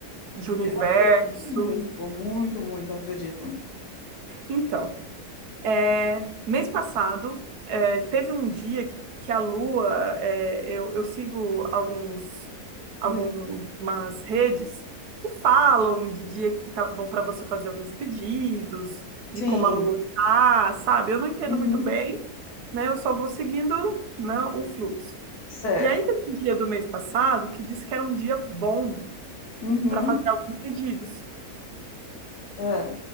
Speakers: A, on the right; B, on the left.
A: de universo.
B: eu acredito muito, muito, muito, eu acredito.
A: Então, É, mês passado, é, teve um dia que, que a Lua, é, eu, eu sigo alguns, algumas
B: Hum,
A: redes que falam de dia que tá bom para você fazer alguns pedidos,
B: sim,
A: de como a Lua tá, sabe? Eu não entendo
B: uhum,
A: muito bem, né? Eu só vou seguindo, né, o fluxo.
B: certo.
A: E aí teve um dia do mês passado que disse que era um dia bom
B: Uhum,
A: para fazer alguns pedidos.
B: é,